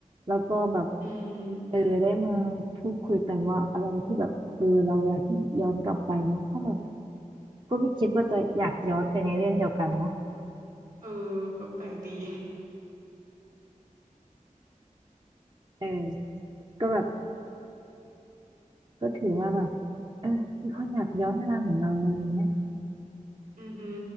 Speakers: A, on the right; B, on the right.
A: แล้วก็แบบ
B: อืม
A: เออได้มาพูดคุยกันว่าอะไรที่แบบเออเราอยากที่ย้อนกลับไปเนาะก็แบบก็ไม่คิดว่าจะอยากย้อนไปในเรื่องเดียวกันเนาะ
B: เออก็แปลกดี
A: เออก็แบบก็ถือว่าแบบเออมีคนอยากย้อนเวลาเหมือนเราอะไรเงี้ย
B: อือหือ